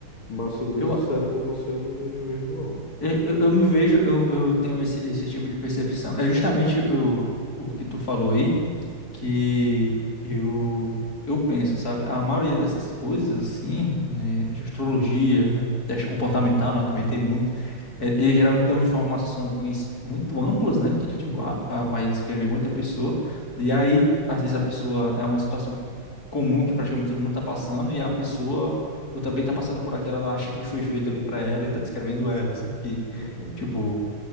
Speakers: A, on the left (about 80°); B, on the left (about 45°).
A: Mas sendo bem
B: Eu,
A: sincero com você, eu não me vejo não.
B: eu, eu eu me vejo, eu, eu tenho esse, esse tipo de percepção. É justamente o, o que tu falou aí. que eu eu penso, sabe? A maioria dessas coisas, assim, né, de astrologia, né, teste comportamental, né, também tem
A: Uhum.
B: muito. é, Eles geralmente dão informações muito amplas, né? Que, tipo,
A: Uhum.
B: ah, ah, vai escrever muita pessoa. E aí, às vezes, a pessoa é uma situação que, comum que praticamente todo mundo tá passando, e a pessoa ou também tá passando por aquela, ela acha que foi feito ali para ela e tá descrevendo ela, assim, que,
A: Uhum.
B: tipo